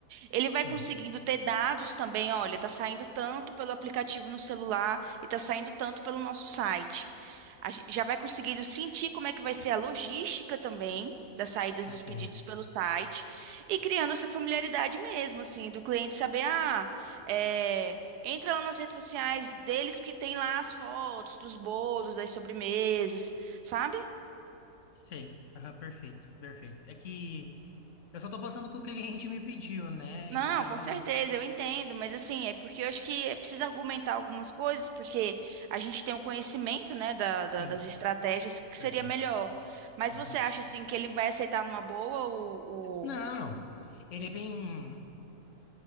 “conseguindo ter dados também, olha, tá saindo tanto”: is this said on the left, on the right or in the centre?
Right